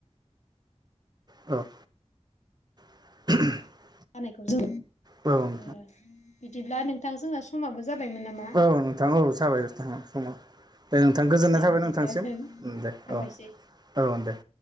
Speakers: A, on the right; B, on the left.
A: औ <unintelligible>
B: जानायखौ जों ओ
A: नोंथां
B: बिदिब्ला नोंथां जोंना समाबो जाबायमोन नामा?
A: औ नोंथां औ जाबाय औ समा। दे नोंथां गोजोननाय
B: दे
A: थाबाय
B: बिदिब्ला
A: नोंथांसिम
B: जों
A: उम दे
B: हामबायसै।
A: औ औ दे।